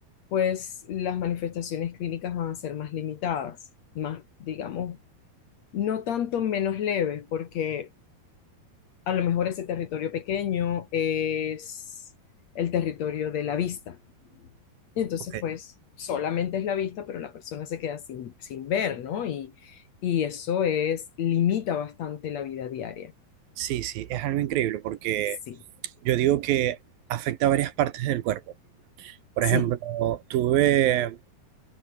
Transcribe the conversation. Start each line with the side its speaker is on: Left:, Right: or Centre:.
Left: pues las manifestaciones clínicas van a ser más limitadas, más, digamos, no tanto menos leves, porque a lo mejor ese territorio pequeño es el territorio de la vista y entonces,
Right: Ok.
Left: pues, solamente es la vista, pero la persona se queda sin, sin ver, ¿no? Y, y eso es, limita bastante la vida diaria.
Right: Sí, sí, es algo increíble porque
Left: Sí,
Right: yo digo que afecta a varias partes del cuerpo. Por
Left: sí,
Right: ejemplo, tuve,